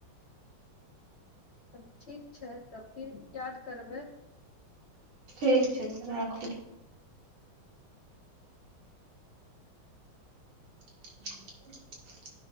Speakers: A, on the left (about 60°); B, on the right (about 85°).
A: तब ठीक छै तब फिर याद करबै
B: ठीक छै तऽ राखू ह <inaudible>